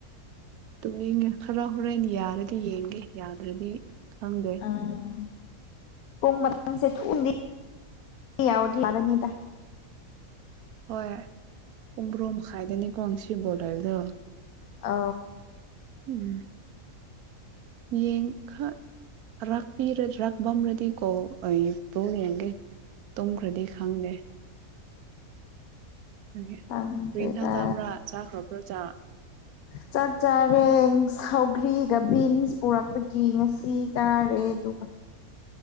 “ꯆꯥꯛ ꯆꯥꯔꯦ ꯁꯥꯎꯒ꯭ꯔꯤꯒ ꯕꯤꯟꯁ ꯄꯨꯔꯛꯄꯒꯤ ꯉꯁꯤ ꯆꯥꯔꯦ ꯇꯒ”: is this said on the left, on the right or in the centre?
Left